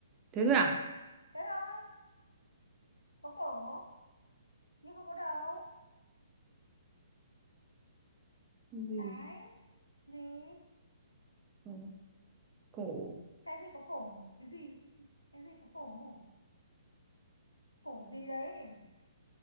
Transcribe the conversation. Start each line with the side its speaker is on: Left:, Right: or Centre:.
Right: Thế thôi à?
Left: thế thôi có cổ nhưng không có đầu
Right: Cái gì?
Left: cái gì
Right: Cố. Cổ.
Left: cái gì có cổ cái gì cái gì có cổ cổ gì đấy